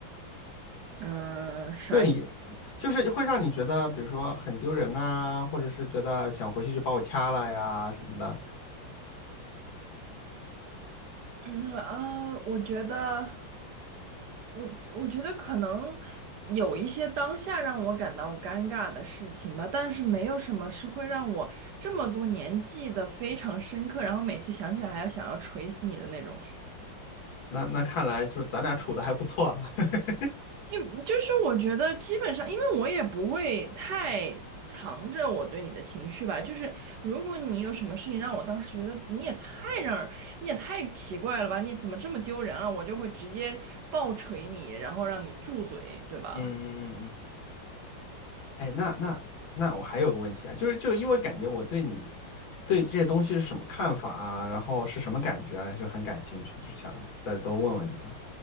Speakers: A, on the right; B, on the left.
A: 嗯，啥？
B: 就你，就是会让你觉得，比如说很丢人呐、或者是觉得想回去就把我掐了呀什么的。
A: 嗯呃，我觉得，我我觉得可能有一些当下让我感到尴尬的事情吧，但是没有什么是会让我这么多年记得非常深刻，然后每次想起来还要想要锤死你的那种。
B: 那那看来就是咱俩处的还不错啊。<laughs>
A: 你就是我觉得基本上，因为我也不会太藏着我对你的情绪吧。就是如果你有什么事情让我当时觉得你也太让你也太奇怪了吧，你怎么这么丢人啊？我就会直接暴锤你，然后让你住嘴，对吧？
B: 嗯嗯嗯嗯。哎，那那那我还有个问题啊，就是就是因为感觉我对你对这些东西是什么看法啊，然后是什么感觉啊，就很感兴趣，就想再多问问你啊。